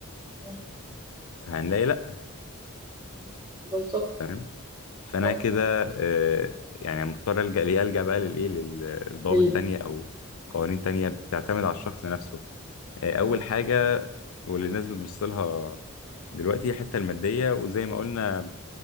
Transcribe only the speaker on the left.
فهنلاقي لا
تمام فانا
كده آه، يعني مضطر الجا ليه الجا بقى للايه لل- للضوابط
تانية او قوانين تانية بتعتمد على الشخص نفسه آه،
اول حاجه واللي الناس بتبص لها دلوقتي هي الحته الماديه وزي ما قلنا